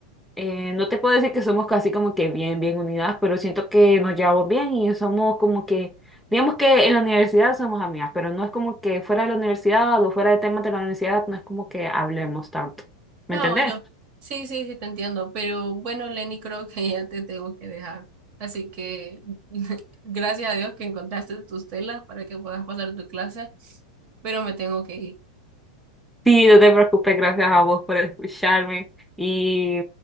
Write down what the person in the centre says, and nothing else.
Eh, no te puedo decir que somos casi como que bien, bien unidas, pero siento que nos llevamos bien y somos como que, digamos que en la universidad somos amigas, pero no es como que fuera de la universidad o fuera de temas de la universidad, no es como que hablemos tanto. ¿Me
entendés?
Sí, no te preocupes, gracias a vos por escucharme y,